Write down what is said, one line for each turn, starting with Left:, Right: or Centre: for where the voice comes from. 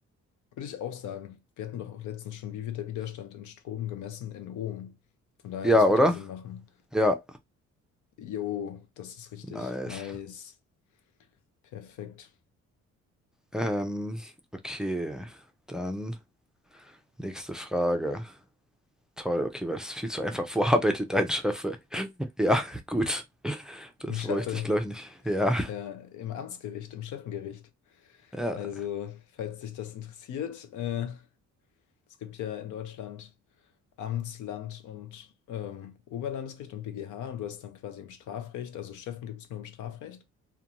Left: Würde ich auch sagen. Wir hatten doch auch letztens schon, wie wird der Widerstand in Strom gemessen in Ohm? Von daher,
Centre: Ja,
Left: das
Centre: oder?
Left: wird ja Sinn machen.
Centre: Ja,
Left: Jo, das ist richtig.
Centre: nice.
Left: Nice. Perfekt.
Centre: Ähm, okay, dann nächste Frage. Toll, okay, weil das ist viel zu einfach. Wo arbeitet dein Chef? <laughs> ey? Ja, gut. Das
Left: Ein Scheffe
Centre: bräuchte ich, glaube ich, nicht. Ja,
Left: äh, im Amtsgericht, im Schöffengericht.
Centre: ja.
Left: Also, falls dich das interessiert, äh, es gibt ja in Deutschland. Amtsland und ähm, Oberlandesgericht und BGH und du hast dann quasi im Strafrecht, also Schöffen gibt es nur im Strafrecht.